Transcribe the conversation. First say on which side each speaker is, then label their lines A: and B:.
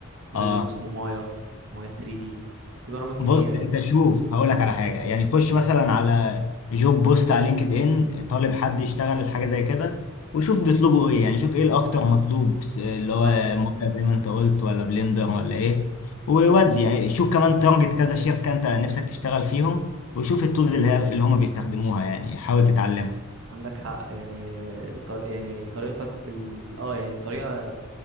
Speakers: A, on the right; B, on the left.
A: في
B: اه
A: برنامج اسمه مايا مايا 3 دي في برامج كتيره
B: بص
A: يعني
B: انت شوف هقول لك على حاجه يعني خش مثلا على جوب بوست على لينكد ان طالب حد يشتغل حاجه زي كده وشوف بيطلبوا ايه يعني شوف ايه الاكتر مطلوب اللي
A: صح
B: هو موقع زي ما انت قلت ولا بلندر ولا ايه وودي يعني شوف كمان تارجت كذا شركه انت نفسك تشتغل فيهم وشوف التولز اللي, ه- اللي هم بيستخدموها يعني حاول تتعلمها
A: عندك حق يعني ط- يعني طريقتك في ال... اه يعني الطريقة